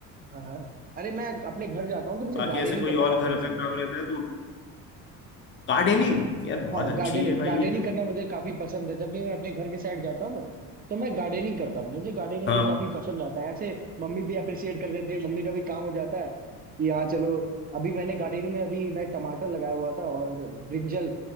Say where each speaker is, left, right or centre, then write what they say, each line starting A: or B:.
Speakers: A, on the right; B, on the left.
A: हाँ हाँ अरे मैं अपने घर जाता हूँ तो मुझे
B: बाकी
A: गार्डनिंग
B: ऐसे कोई
A: करना काफी
B: और घर
A: पसंद
B: का काम
A: है
B: रहता है तो गार्डनिंग यार बहुत
A: हाँ
B: अच्छी
A: गार्डनिंग
B: है
A: गार्डनिंग
B: भाई ये तो
A: करना मुझे काफी पसंद है जब भी मैं अपने घर के साइड जाता हूँ ना तो मैं गार्डनिंग करता हूँ मुझे गार्डनिंग
B: हाँ
A: में काफी पसंद आता है ऐसे मम्मी भी अप्रिशिएट कर देती है मम्मी का भी काम हो जाता है कि हाँ चलो अभी मैंने गार्डनिंग में अभी मैं टमाटर लगाया हुआ था और ब्रिंजल